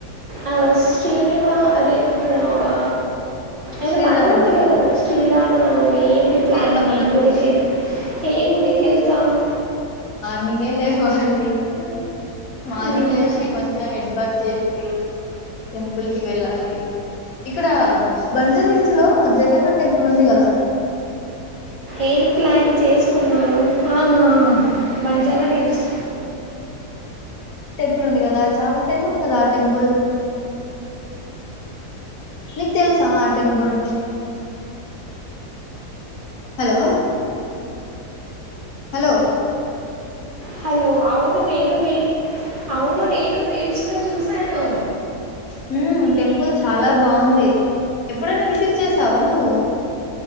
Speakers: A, on the right; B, on the left.
A: ఆ శ్రీనివా అదే ఆ ఏదో
B: శ్రీరామనవమి
A: పండగ ఉంది కదా మరి శ్రీరామనవు ఏంటి ప్లానింగ్
B: శ్రీరామనవమి
A: ఏం గుడికీ ఏ గుడికెళతావ్
B: నీవే లేవాలి లే మార్నింగ్
A: మ్మ్.
B: లేసి మంచిగా హెడ్ బాత్ చేసి టెంపుల్ కి వెళ్ళాలి ఇక్కడ బంజారా హిల్స్ లో జగన్నాథ్ టెంపుల్ ఉంది గదా
A: ఏం ప్లాన్ చేసుకున్నారు ఆ ఆ బంజారాహిల్స్
B: పుల్ ఉంది కదా చాలా ఫేమస్ కదా ఆ టెంపుల్ నీకు తెలుసా ఆ టెంపుల్ హలో హలో
A: హలో అవును నేను రీ అవును నేను రీల్స్ లో చూసాను
B: హ్మ్ టెంపుల్ చాలా బావుంది ఎప్పుడైనా విజిట్ చేసావా నువ్వు